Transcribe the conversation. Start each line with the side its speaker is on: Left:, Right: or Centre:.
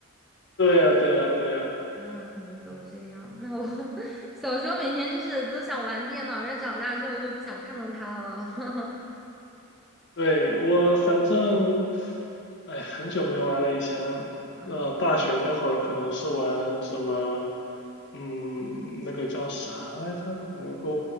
Left: 对呀，对呀，对呀。
Centre: <laughs> 啊，可能都这样。
Left: 嗯。
Centre: 那我 <laughs> 小时候每天就是都想玩电脑，但长大之后就不想看到它了 <laughs>
Left: 对，我反正，哎，很久没玩了。以前，
Centre: 啊。
Left: 呃，大学那会儿可能是玩什么，嗯，那个叫啥来着？我有个，